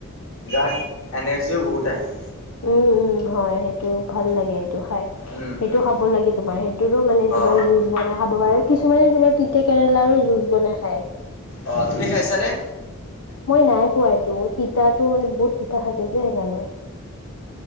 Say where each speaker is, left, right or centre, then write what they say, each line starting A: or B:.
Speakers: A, on the left (about 65°); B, on the left (about 85°).
A: গাত এনাৰ্জিও বহুত আহে।
B: উম উম হয়, সেইটো ভাল লাগে এইটো খাই।
A: উম
B: সেইটো
A: উম
B: খাব লাগে তোমাৰ সেইটোৰো মানে তোমাৰ
A: অ
B: যুজ বনাই খাব পাৰে কিছুমানে তোমাৰ তিতা কেৰেলাৰো জুচ বনাই খায়।
A: অ তুমি খাইছানে?
B: মই নাই খোৱা এইতো। তিতাটো মানে বহুত তিতা থাকে যে সেইকাৰণে।